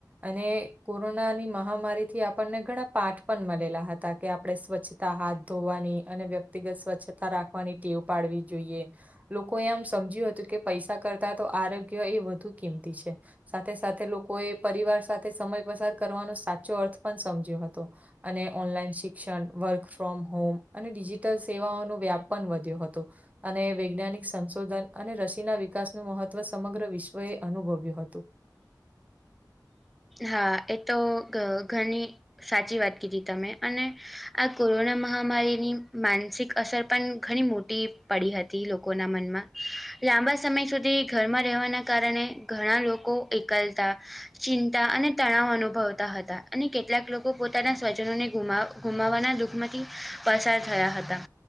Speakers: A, on the right (about 20°); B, in the centre.
A: અને કોરોનાની મહામારીથી આપણને ઘણા પાઠ પણ મળેલા હતા કે આપડે સ્વચ્છતા હાથ ધોવાની અને વ્યક્તિગત સ્વચ્છતા રાખવાની ટેવ પાડવી જોઈએ. લોકોએ આમ સમજ્યું હતું કે પૈસા કરતા તો આરોગ્ય એ વધુ કિંમતી છે. સાથે-સાથે લોકોએ પરિવાર સાથે સમય પસાર કરવાનો સાચો અર્થ પણ સમજ્યો હતો. અને ઓનલાઈન શિક્ષણ, વર્કફ્રોમ હોમ અને ડિજિટલ સેવાઓનો વ્યાપ પન વધ્યો હતો. અને વૈજ્ઞાનિક સંશોધન અને રસીના વિકાસનું મહત્વ સમગ્ર વિશ્વએ અનુભવ્યું હતું.
B: હા એતો ઘની સાચી વાત કીધી તમે અને આ કોરોના મહામારીની માનસિક અસર પણ ઘણી મોટી પડી હતી લોકોના મનમાં લાંબા સમય સુધી ઘરમાં રહેવાના કારણે ઘણા લોકો એકલતા ચિંતા અને તણાવ અનુભવતા હતા અને કેટલાક લોકો પોતાના સ્વજનોને ગુમાવ ગુમાવાના દુઃખમાંથી પસાર થયા હતા.